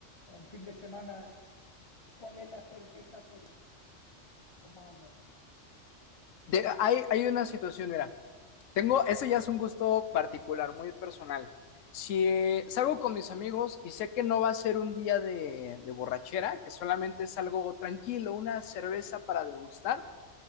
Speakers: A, on the left; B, on the left.
A: o un fin de semana, ¿cuál es la cerveza que más o menos?
B: De- hay, hay una situación, mira, tengo, eso ya es un gusto particular, muy personal. Si salgo con mis amigos y sé que no va a ser un día de, de borrachera, que solamente es algo tranquilo, una cerveza para degustar,